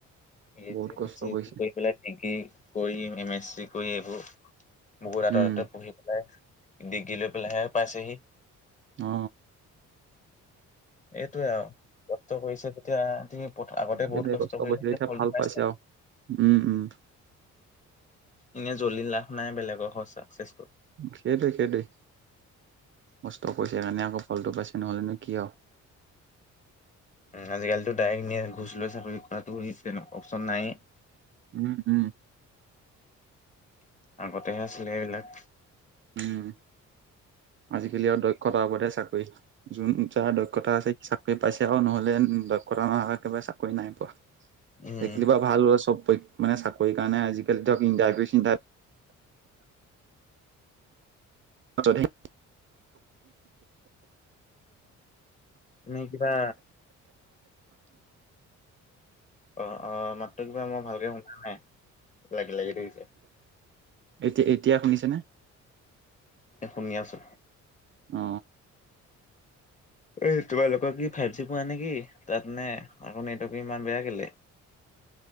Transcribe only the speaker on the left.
<inaudible>
ডিগ্ৰী
কৰি এম এছ চি কৰি এইবোৰ বহুত
আঁতৰঁত পঢ়ি পেলাই ডিগ্ৰী লৈ বিলাই পাইচেহি।
এইটোৱে আৰু কষ্ট কৰিছে যেতিয়া। তুমি আগতে
বহুত কষ্ট কৰিলো
এতিয়া ফলটো
পাছে।
এনে জ্বলি লাভ নাই বেলেগৰ ঘৰত চাকচেফুল।
আজিকালিতো ডাইৰেক্ট ন ঘোচ লৈ চাকৰি কৰাতো তেনেকুৱা অপশচন নাই।
আগতেহে আছিলে এইবিলাক।
উম
তুমি কিবা? অ অ মাতটো কিবা মই ভালকে সোমাই নাই লাগি লাগি ধৰিছে।
শুনি আছো।
এই তোমালোকৰ কি ফাইভ জি পোৱা নেকি তাত নে আকৌ নেটৱৰ্ক ইমান বেয়া কেলে?